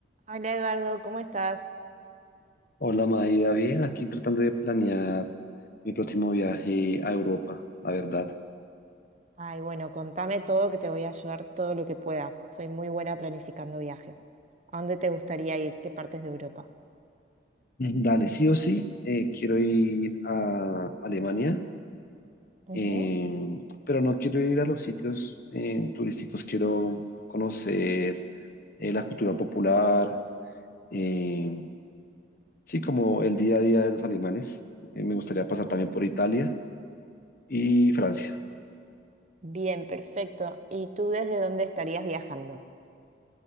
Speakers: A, on the right (about 40°); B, on the left (about 50°).
A: Hola Eduardo, ¿cómo estás?
B: Hola Maida, bien, aquí tratando de planear mi próximo viaje a Europa, la verdad.
A: Ay, bueno, contame todo que te voy a ayudar todo lo que pueda. Soy muy buena planificando viajes. ¿A dónde te gustaría ir? ¿Qué partes de Europa?
B: Mm, Dale, sí o sí, eh, quiero ir a Alemania,
A: Ujú.
B: eh, pero no quiero ir a los sitios eh, turísticos, quiero conocer eh, la cultura popular, eh, sí, como el día a día de los alemanes. Eh, me gustaría pasar también por Italia y Francia.
A: Bien, perfecto. ¿Y tú desde dónde estarías viajando?